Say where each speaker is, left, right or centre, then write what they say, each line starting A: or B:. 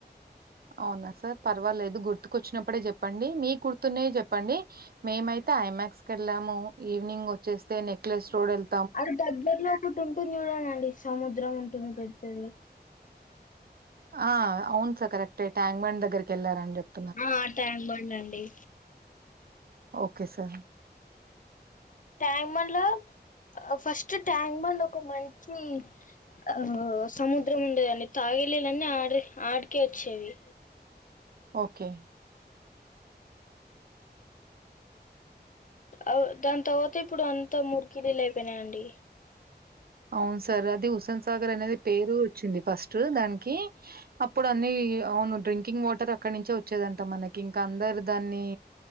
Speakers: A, on the right (about 60°); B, on the left (about 50°).
A: అవునా సార్ పర్వాలేదు గుర్తుకొచ్చినప్పుడే చెప్పండి మీ గుర్తున్నాయి చెప్పండి. మేమైతే ఐమాక్స్ కెళ్ళాము ఈవినింగ్ వచ్చేస్తే నెక్లెస్ రోడ్ ఎళ్
B: అటు దగ్గర్లో ఒకటి ఉంటుంది చూడండండి సముద్రం ఉంటుంది పెద్దది
A: ఆ అవును సర్ కరెక్టె ట్యాంక్మండ్ దగ్గరికి ఎళ్లారన్ చెప్
B: ఆ ట్యాంక్ బండ్ అండి
A: ఓకే సార్
B: ట్యాంక్బండ్లో ఫస్ట్ ట్యాంక్బన్డ్ ఒక మంచి ఆహా సముద్రం ఉండేదండి తాగేలీలన్నీ ఆడి ఆడికె వచ్చేవి
A: ఓకే
B: అవ్ దాని తర్వాత ఇప్పుడు అంతా మురికినీల్లయిపోయినయండి
A: అవును సార్ అది హుస్సన్ సాగర్ అనేది పేరు వచ్చింది ఫస్ట్ దానికి అప్పుడన్ని అవును డ్రింకింగ్ వాటర్ అక్కడ్ నుంచే వచ్చేదంట మనకి ఇంక అందరు దాన్ని